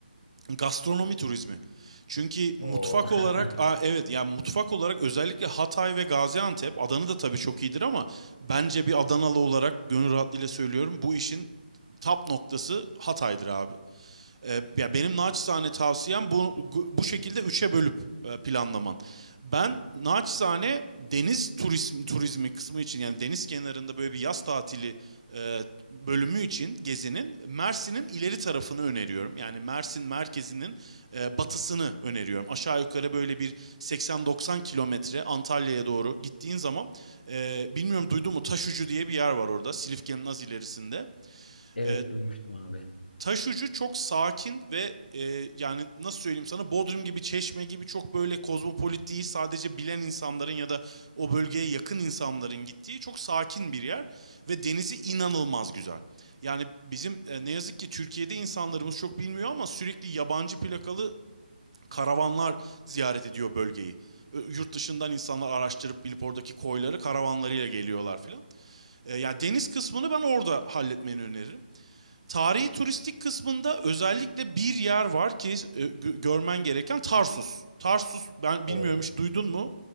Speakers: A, on the right; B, on the left.
A: gastronomi turizmi. Çünkü
B: Oo.
A: mutfak olarak,
B: <laughs>
A: aa evet yani mutfak olarak özellikle Hatay ve Gaziantep, Adana da tabii çok iyidir ama bence bir Adanalı olarak gönül rahatlığıyla söylüyorum bu işin tap noktası Hatay'dır abi. Ee, ya benim naçizane tavsiyem bu bu şekilde üçe bölüp e, planlaman. Ben naçizane deniz turizmi, turizmi kısmı için yani deniz kenarında böyle bir yaz tatili e, bölümü için gezinin Mersin'in ileri tarafını öneriyorum. Yani Mersin merkezinin e, batısını öneriyorum. Aşağı yukarı böyle bir 80-90 kilometre Antalya'ya doğru gittiğin zaman e, bilmiyorum duydun mu Taşucu diye bir yer var orada Silifke'nin az ilerisinde.
B: Evet
A: E,
B: duymuştum abi.
A: taş ucu çok sakin ve e, yani nasıl söyleyeyim sana Bodrum gibi Çeşme gibi çok böyle kozmopolit değil sadece bilen insanların ya da o bölgeye yakın insanların gittiği çok sakin bir yer ve denizi inanılmaz güzel. Yani bizim e, ne yazık ki Türkiye'de insanlarımız çok bilmiyor ama sürekli yabancı plakalı karavanlar ziyaret ediyor bölgeyi. E, Yurt dışından insanlar araştırıp bilip oradaki koyları karavanlarıyla geliyorlar filan. E, yani deniz kısmını ben orada halletmeni öneririm. Tarihi turistik kısmında özellikle bir yer var ki e, görmen gereken Tarsus. Tarsus ben bilmiyorum
B: Oo.
A: hiç duydun mu?